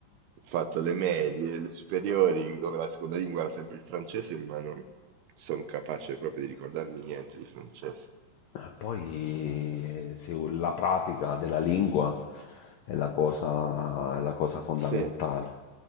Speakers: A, on the right; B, on the left.
A: fatto le medie, le superiori, dove la seconda lingua era sempre il francese, ma non sono capace proprio di ricordarmi niente di francese.
B: Ma Poi se la pratica della lingua è la cosa, è la cosa fondamentale.
A: Sì.